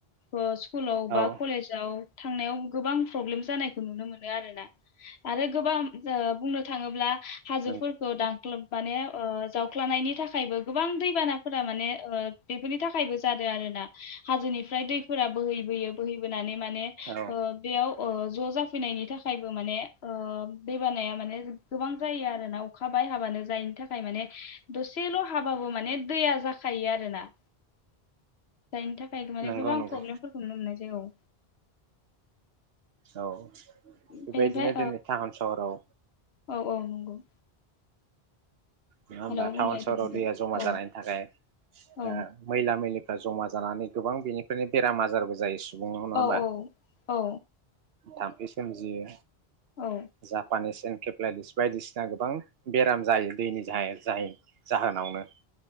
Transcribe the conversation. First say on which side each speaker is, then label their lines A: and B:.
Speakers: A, on the left; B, on the right.
A: ओ स्कु लाव बा
B: औ
A: याव थांनायाव गोबां प्रब्लेम जानायखौ नुनो मोनो आरोना आरो गोबां ओ‌ बुंनो थाङोब्ला हाजोफोरखौ
B: नंगौ
A: दां ख्लोब माने ओ जावख्लनि थाखायबो गोबां दैबानाफोरा माने बेफोरनि थाखायबो जादों आरोना हाजोनिफ्राय दैफोरा बोहैबोयो बोहैबोनानै माने
B: औ
A: ओ बेयाव ओ ज' जाफैनायनि थाखायबो माने ओ दैबानाया माने गोबां जायो आरोना अखा बाय हाबानो जायनि थाखाय माने दसेल' हाबाबो माने दैया जाखायो आरोना। जायनि थाखाय माने
B: नंगौ
A: गोबां
B: नंगौ
A: प्रब्लेम फोरफोरखौ नु मोननाय जायो। औ
B: औ
A: बेनिफ्राय
B: बेबायदिनो दिनै टाउन सहराव
A: औ औ नंगौ।
B: नङा होमबा
A: हेलौ बुंलाय
B: टाउन सहराव
A: दे नोंथां
B: दैया जमा
A: औ
B: जानायनि थाखाय
A: औ
B: ओ मैला मैलि जमा जानानै गोबां बेनिफ्रायनो बेराम आजारबो जायो। सुबुंनाव नङा
A: औ
B: होमबा?
A: औ औ
B: थाम्फै सोमजियो।
A: औ
B: जापानिस पेप्लाइटिस बायदिसिना गोबां बेराम जायो दैनि जाय जाय जाहोनावनो